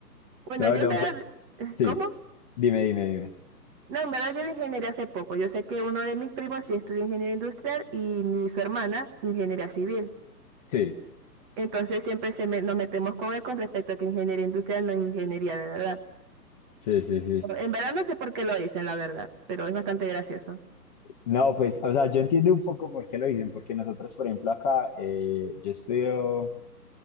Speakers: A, on the right (about 20°); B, on the left (about 25°).
A: Bueno,
B: No,
A: yo
B: no,
A: en verdad, eh,
B: sí,
A: ¿cómo?
B: dime, dime, dime.
A: No, en verdad yo de ingeniería hace poco. Yo sé que uno de mis primos sí estudia ingeniería industrial y mi, su hermana ingeniería civil.
B: Sí,
A: Entonces siempre se me- nos metemos con él con respecto a que ingeniería industrial no es ingeniería de verdad.
B: sí, sí, sí.
A: En verdad no sé por qué lo dicen, la verdad, pero es bastante gracioso.
B: No, pues, o sea, yo entiendo un poco por qué lo dicen, porque nosotros, por ejemplo, acá, eh, yo estudio